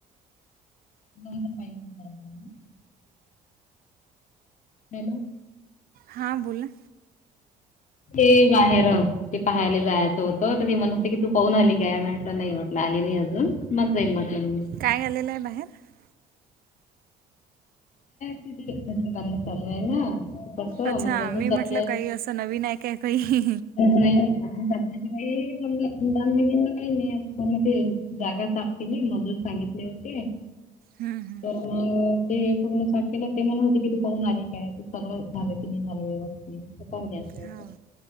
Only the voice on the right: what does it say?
हां बोला
काय आलेलं आहे बाहेर
अच्छा
मी म्हटलं
काही असं नवीन आहे काय काही
हम हम्
हो